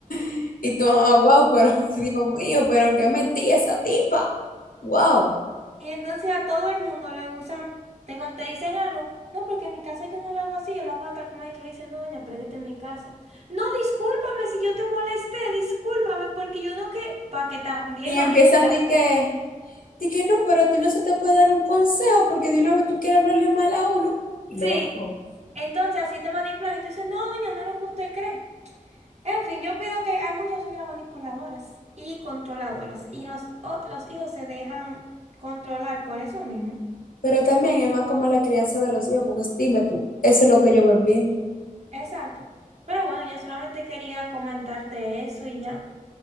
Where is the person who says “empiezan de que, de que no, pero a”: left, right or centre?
Left